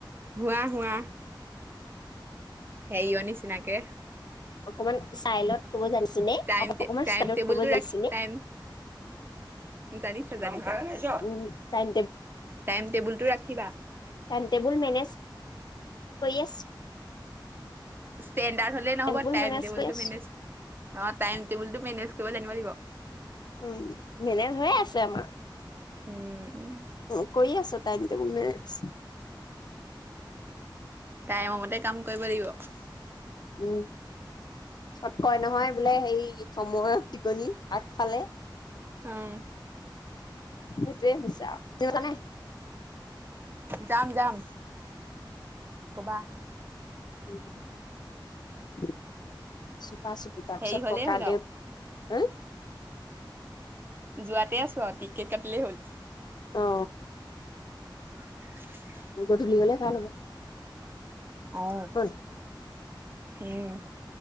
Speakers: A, on the right; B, on the left.
A: হোৱা হোৱা। সেইয় নিচিনাকে।
B: অকমান -ইলত কব যানিছোনে?
A: টাইম
B: অকমান
A: টাইম
B: ষ্টাইলত
A: টেবুলটো
B: কব যা-ছোনে?
A: ৰাখি টাইম জানিছা জানিছা।
B: উম টাইম
A: টাইম টেবুল টো ৰাখিবা।
B: টাইম টেবুল মেনেজ কৰি আছ।
A: ষ্টেণ্ডাৰ্ড হলে নহ'ব,
B: টেবুল
A: টাইম
B: মেনেজ
A: টেবুলটো
B: কৰি আছো
A: মেনেজ অ, টাইম টেবুল টো মেনেজ কৰিব জানিব লাগিব।
B: উম। মেনেজ হৈয়ে আছে আমা।
A: উম
B: উম কৰি আছো টাইম টেবুল মেজ
A: টাইম মতে কাম কৰিব লাগিব
B: উম চত কয় নহয় বোলে সেই সময়ৰ টিকনি আগফালে
A: উম
B: সেইটোৱে হৈছে আউ তেও জানে
A: যাম যাম ক'বা
B: উম চুপা চুপি তাৰ
A: হেৰি
B: পিছত
A: হ'লেই
B: ককা
A: হ'ল আৰু
B: দেউত এ
A: যোৱাতে আছো আৰু টিকেট কাটিলেই হ'ল
B: অ
A: <unintelligible>
B: গধূলি গলে ভাল হ'ব
A: অ
B: হয়
A: উম